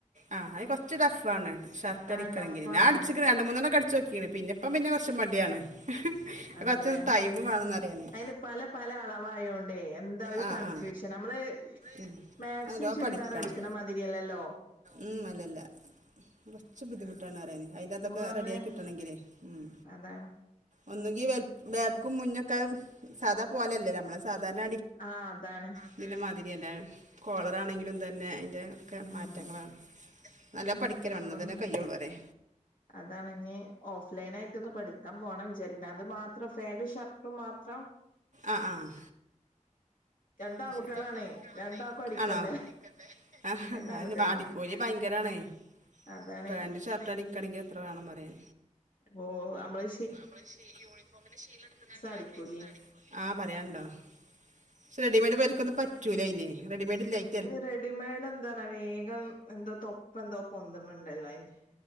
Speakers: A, on the right; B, on the left.
A: ആഹ് അയ്ന് കൊറച്ച് ടഫാണ്. ഷർട്ടടിക്കണങ്കിലേ.
B: ആഹ് ടഫാണ്
A: ഞാൻ അടിച്ചിക്ക്ണ് രണ്ട് മൂന്നെണ്ണൊക്കെ അട് ചോക്കിണ്. പിന്നെപ്പം പിന്നെ കൊർച്ച് മടിയാണ്. അപ്പൊ
B: ആണില്ലേ
A: കൊർച്ചൊന്ന് ടൈമ് മാണംന്നറ്യാ ഞാന്.
B: അയിന് പല പല അളവായോണ്ടേയ് എ ന്താ ഒരു
A: ആ
B: കൺഫ്യൂഷൻ.
A: ആ
B: നമ്മള്
A: ഉം
B: മാക്സിം
A: നല്ലോ
B: ചുരിദാർ
A: പഠിക്കണം
B: അടിക്കണമാതിരിയല്ലല്ലോ.
A: ഉം അല്ലല്ല കൊർച്ച് ബുദ്ധിമുട്ടാണ് പറയാ ന്. അയിന്റാതൊക്കെ
B: നമുക്കൊന്ന്
A: റെഡി ആയി കിട്ടണെങ്കിലേ ഉം.
B: അതാണ്.
A: ഒന്നെങ്കി വല് ബേക്കും മുന്നൊക്കെ സാധാ പോലല്ലെല്ലോ ഞമ്മള് സാധാരണ
B: ആഹ് അതാണ്.
A: ഇതിന്റെ മാതിരിയല്ല. കോളറാണെങ്കിലും തന്നെ അയ്ൻ്റെ ഒക്കെ
B: ഉം
A: മാറ്റങ്ങളാണ്. നല്ലോം പഠിക്കണന്നെ
B: അപ്പം
A: മാണം ഇന്നാതന്നെ കയ്യൊള്ളൂ പറ്യേ.
B: അതാണ് ഞ്ഞി ഓഫ് ലൈനായിട്ടൊന്ന് പഠിക്കാൻ പോണം വിചാരി ക്ണ്. അത് മാത്രം ഫാൻ്റും ഷർട്ടും മാത്രം.
A: ആഹ് ആഹ്
B: രണ്ട്
A: അത്
B: ആൺകുട്ടികളാണേ
A: ശരി രണ്ട് ആൺകുട്ടിയളാണേ
B: രണ്ടാക്കും അടിക്കണ്ടേ
A: ആണോ ഞാനൊന്ന് പഠിക്കട്ടെ
B: രണ്ട്
A: അയന്നെ
B: ആൺകുട്ടികളാ
A: ഭ അടിക്കൂലി ഭയങ്കരാണെയ്
B: അതാണേ
A: പാന്റ് ഷർട്ട് അടി ക്കണെങ്കില് എത്ര വേണന്നറിയെ
B: ഓഹ് അമ്മളെ
A: അമ്മളെ ശി യൂണിഫോമിന്റെ ശീല ഇട്ക്ക്ത്താണ്ടേലും
B: അടിക്കൂലേ
A: പൈസാണേ ആഹ് പറയാണ്ടോ പക്ഷേ റെഡിമെയ്ഡ് ഇവര്ക്കൊന്നും പറ്റൂല അയ്നെ റെഡിമെയ്ഡ് ഇല്ലായി
B: അയ്ന് റെഡിമെയ്ഡ് എന്താന്ന വേഗം എന്തോ തൊപ്പന്തോ പൊന്ത്‌ണണ്ടല്ലോ അയിന്